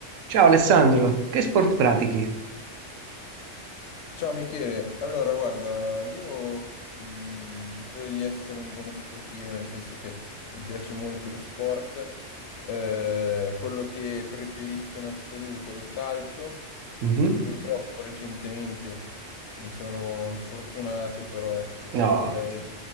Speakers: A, on the right (about 85°); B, on the left (about 70°).
A: Ciao Alessandro, che sport pratichi?
B: Ciao Michele, allora guarda, io mh, credo di essere un buono sportivo, nel senso che mi piace molto lo sport, Eh, quello che preferisco in assoluto è il calcio,
A: Mhm.
B: purtroppo recentemente mi sono infortunato, però ecco,
A: No,
B: dovrei,